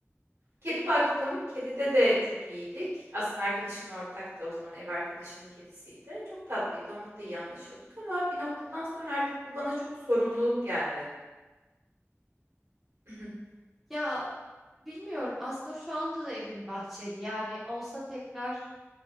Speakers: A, on the right; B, in the centre.
A: Kedi baktım. Kedide de çok iyiydik. Aslında arkadaşımın ortaktı. O zaman ev arkadaşımın kedisiydi. Çok tatlıydı. Onunla da iyi anlaşıyorduk. Ama bir noktadan sonra artık bu bana çok sorumluluk geldi. <clears throat>
B: Ya bilmiyorum aslında şu anda da evin bahçeli yani olsa tekrar